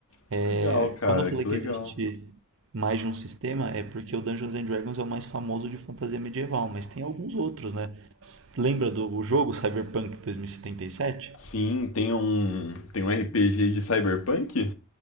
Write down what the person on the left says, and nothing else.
Que
legal, cara,
que
legal.
Sim, tem um, tem um RPG de Cyberpunk?